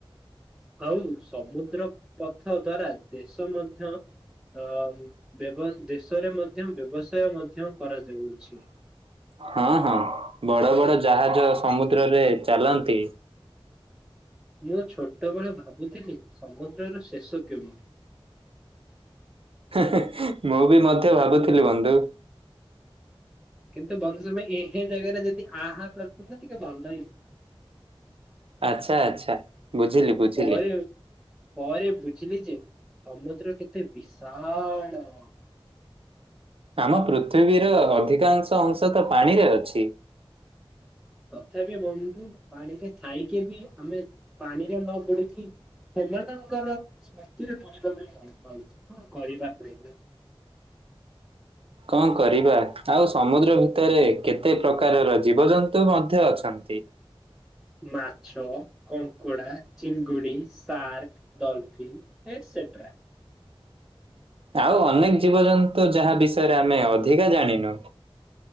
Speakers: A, in the centre; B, on the right.
A: ଆଉ ସମୁଦ୍ର ପଥ ଦ୍ଵାରା ଦେଶ ମ ଧ୍ୟ ଅ ବ୍ୟବ ଦେଶରେ ମଧ୍ୟ ବ୍ୟବସାୟ ମଧ୍ୟ କରାଯାଉଛି।
B: ହଁ ହଁ ବଡ ବଡ ଜାହାଜ ସମୁଦ୍ରରେ ଚାଲନ୍ତି।
A: ମୁଁ ଛୋଟବେଳ ଭାବୁଥିଲି ସମୁଦ୍ରର ଶେଷ କେଉଁଠି?
B: ହେ ହେ, ମୁଁ ବି ମଧ୍ୟ ଭାବୁଥିଲି ବନ୍ଧୁ।
A: କିନ୍ତୁ ବନ୍ଧୁ ତମେ ଏହେଁ ଜାଗାରେ ଯଦି ଆହା କରିଥାନ୍ତ ଟିକେ ଭଲ ହେଇଥାନ୍ତା।
B: ଆଚ୍ଛା ଆଚ୍ଛା ବୁଝିଲି। ବୁଝିଲି।
A: ପରେ ପରେ ବୁଝିଲି ଯେ ସମୁଦ୍ର କେତେ ବିଶାଳ।
B: ଆମ ପୃଥିବୀର ଅଧିକାଂଶ ଅଂଶ ତ ପାଣିରେ ଅଛି।
A: ତଥାପି ବନ୍ଧୁ ପାଣିରେ ଥାଇକି ବି ଆମେ ପାଣିରେ ନ ବୁଡିକି ସେମାନଙ୍କର ସ୍ମୃତିରେ ବୁଣିବା ପାଇଁ ଭଲ ପାଉଛି କଣ କରିବା କହିଲ?
B: କଣ କରିବା ଆଉ ସମୁଦ୍ର ଭିତରେ କେତେ ପ୍ରକାରର ଜୀବଜନ୍ତୁ ମଧ୍ୟ ଅଛନ୍ତି।
A: ମାଛ, କଙ୍କଡ଼ା, ଚିଙ୍ଗୁଡି, ସାର୍କ, ଡଲଫିନ୍। ଏସେଟ୍ରା।
B: ଆଉ ଅନେକ ଜୀବଜନ୍ତୁ ଯାହା ବିଷୟରେ ଆମେ ଅଧିକା ଜାଣିନୁ।